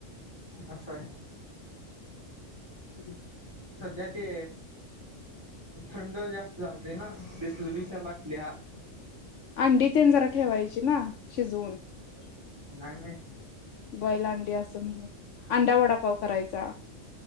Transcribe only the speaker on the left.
हम्म
अंडी ते जरा ठेवायची ना शिजवून
बॉईज अंडी असं म्हणून
अंडा वडापाव करायचा.